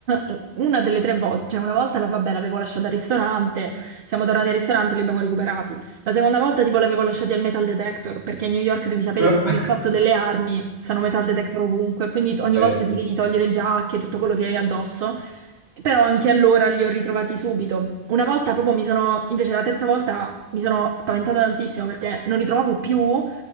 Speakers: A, on the right (about 60°); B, on the left (about 60°).
A: volte, una delle tre volte, cioè una volta la, vabbè, l'avevo lasciata al ristorante, siamo tornati al ristorante e li abbiamo recuperati. La seconda volta tipo l'avevo lasciati al metal detector, perché a New York devi sapere
B: <laughs>
A: che con il fatto delle armi stanno metal detector ovunque, quindi ogni
B: Eh
A: volta
B: sì.
A: ti devi togliere giacche, tutto quello che hai addosso. Però anche allora li ho ritrovati subito. Una volta proprio mi sono, invece la terza volta mi sono spaventata tantissimo perché non li trovavo più.